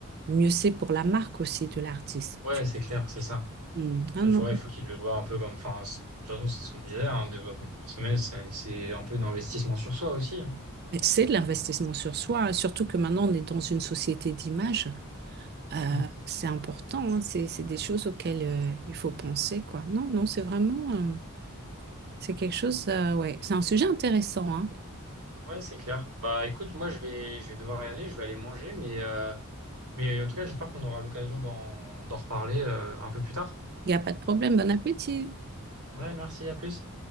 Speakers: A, on the right; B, on the right.
A: mieux c'est pour la marque aussi de l'artiste.
B: ouais,
A: Tu-
B: c'est clair, c'est ça.
A: Hmm. Ah
B: Il
A: non.
B: faut, ouais, faut qu'ils le voient un peu comme. Enfin, c'est- de toute façon, c'est ce qu'on disait, hein, développement personnel, c'est c'est un peu d'investissement sur soi aussi. Hein.
A: Mais c'est de l'investissement sur soi, hein. Surtout que maintenant, on est dans une société d'image. Euh,
B: Mm.
A: c'est important, hein. C'est, c'est des choses auxquelles euh, il faut penser, quoi. Non, non, c'est vraiment, euh, c'est quelque chose, euh, ouais, c'est un sujet intéressant, hein.
B: Ouais, c'est clair. Bah écoute, moi je vais je vais devoir y aller, je vais aller manger, mais euh, mais en tout cas j'espère qu'on aura l'occasion d'en d'en reparler euh, un peu plus tard.
A: Il n'y a pas de problème. Bon appétit.
B: Ouais, merci, à plus.